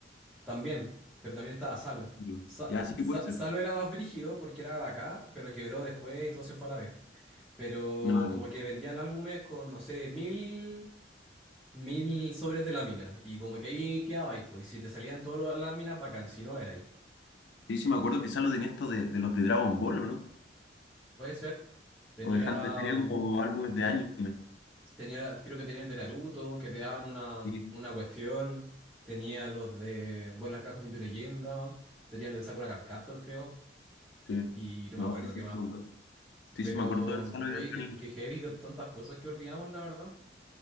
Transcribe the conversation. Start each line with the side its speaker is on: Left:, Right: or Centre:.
Centre: también, pero también estaba Salo.
Left: Sí.
Centre: Sa-
Left: Ya, sí
Centre: Sa-
Left: puede ser.
Centre: Salo era más brígido porque era de acá, pero quebró después y todo se fue a la vez. Pero
Left: No, no.
Centre: como que vendían álbumes con, no sé, mil. mil sobres de lámina. Y como que ahí quedabais, pues. Y si te salían todas las láminas, bacán. Si no, era ahí.
Left: sí, sí, me acuerdo que Salo tenía esto de, de los de Dragon Ball, ¿o no?
Centre: Puede ser. Tenía,
Left: O de Hunter, tenía
Centre: mm,
Left: como álbumes de anime.
Centre: tenía, creo que tenía el de Naruto, que te daban una,
Left: Sí,
Centre: una cuestión. Tenía los de, bueno, las cajas de tu leyenda. Tenía el de Sakura Card Captor, creo.
Left: sí.
Centre: Y no
Left: No,
Centre: me acuerdo
Left: sí, sí,
Centre: qué más.
Left: sí, me acuerdo. Sí,
Centre: Pero,
Left: sí, me acuerdo del Salo
Centre: oye,
Left: y del Panini.
Centre: qué, qué heavy, que tantas cosas que olvidamos, la verdad.